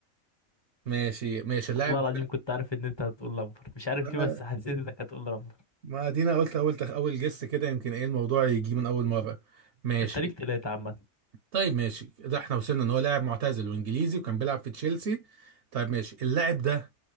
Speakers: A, on the right; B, on the left.
A: ماشي ماشي اللاعب
B: والله العظيم كنت عارف إن أنت هتقول لامبر مش عارف
A: ده-
B: ليه بس حسيت إنك هتقول لامبر
A: ما ادينا قلت اول تخ... اول جس كده يمكن ايه الموضوع يجي من اول مره ماشي
B: أنت ليك تلاتة عامة
A: طيب ماشي ده احنا وصلنا ان هو لاعب معتزل وانجليزي وكان بيلعب في تشيلسي طيب ماشي اللاعب ده